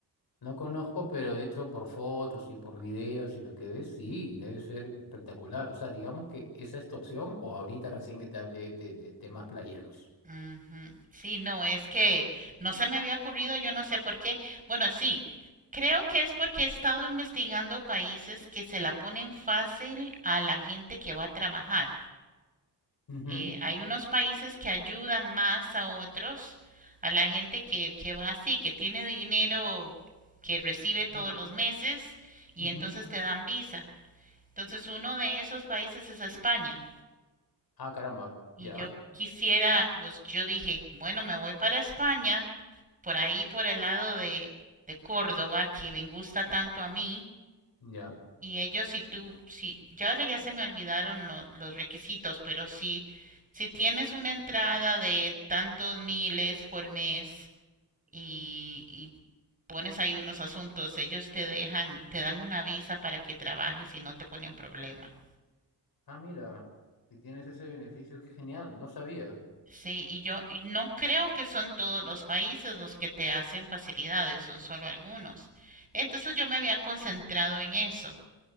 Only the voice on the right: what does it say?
Ujú. Sí, no, es que no se me había ocurrido, yo no sé por qué. Bueno, sí, creo que es porque he estado investigando países que se la ponen fácil a la gente que va a trabajar.
Eh, hay unos países que ayudan más a otros, a la gente que, que va así, que tiene dinero que recibe
todos los meses y
entonces te dan visa. Entonces uno de esos países es España.
Y
yo quisiera, pues yo dije, bueno, me voy para España por ahí por el lado de, de Córdoba que me gusta tanto a mí
y ellos si tú si ya ahora ya se me olvidaron lo- los requisitos pero si si tienes una entrada de tantos miles por mes y, y pones ahí unos asuntos ellos te dejan te dan una visa para que trabajes y no te ponen problema
sí y yo y no creo que son todos los países los que te hacen facilidades son solo algunos entonces yo me había concentrado en eso